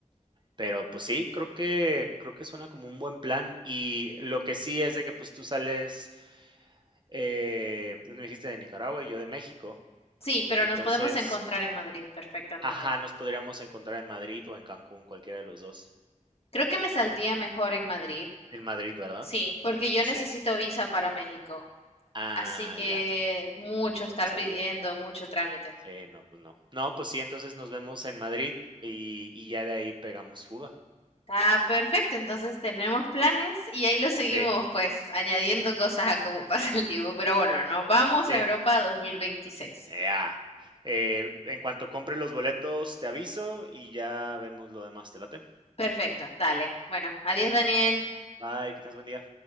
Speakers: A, on the right (about 35°); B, on the left (about 50°).
A: Pero, pues sí, creo que creo que suena como un buen plan. Y lo que sí es de que, pues, tú sales, eh, me dijiste de Nicaragua y yo de México.
B: Sí, pero
A: Entonces,
B: nos podemos encontrar en Madrid perfectamente.
A: ajá, nos podríamos encontrar en Madrid o en Cancún, cualquiera de los dos
B: Creo que me saldría mejor en Madrid,
A: En Madrid, ¿verdad?
B: sí, porque yo
A: Sí.
B: necesito visa para México.
A: Ah,
B: Así que
A: ya,
B: mucho
A: eso
B: estar
A: no sabía.
B: pidiendo, mucho trámite.
A: Sí, no, pues no. No, pues sí, entonces nos vemos en Madrid y y ya de ahí pegamos fuga.
B: Está perfecto, entonces tenemos planes y ahí lo seguimos
A: Sí.
B: pues añadiendo cosas a cómo <laughs> pasa el tiempo. Pero bueno, nos vamos
A: Sí.
B: a Europa 2026.
A: Ya, Eh, en cuanto compre los boletos, te aviso y ya vemos lo demás. ¿Te late?
B: Perfecto, dale. Bueno, adiós
A: Hecho.
B: Daniel.
A: Bye, que tengas buen día.